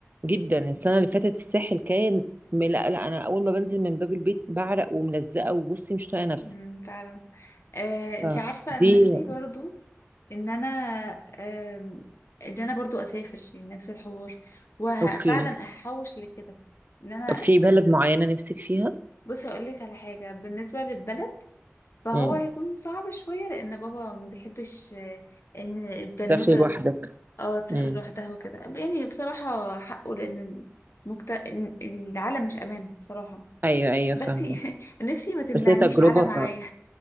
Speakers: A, on the right; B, on the left.
A: جدا السنة اللي فاتت الساحل كان م- لا لا انا اول ما بنزل من باب البيت بعرق وملزقة وبصي مش طايقة نفسي
B: أمم، فعلا آه، انت
A: فدي
B: عارفة انا نفسي برضو ان انا آم، ان انا برضو اسافر يعني نفس الحوار وفعلا
A: اوكي
B: هحوش لكده ان انا
A: طب في بلد معينة نفسك فيها
B: بصي اقول لك على حاجة بالنسبة للبلد فهو
A: امم
B: هيكون صعب شوية لان بابا ما بيحبش آه، ان البنوتة
A: تسافري لوحدك
B: اه تسافر
A: امم
B: لوحدها وكده يعني بصراحة حقه لأن المكت... إن- العالم مش أمان بصراحة
A: ايوه ايوه
B: بس
A: فاهمة
B: <laughs> نفسي ما تمنعنيش
A: بس هي تجربة
B: تعالى معايا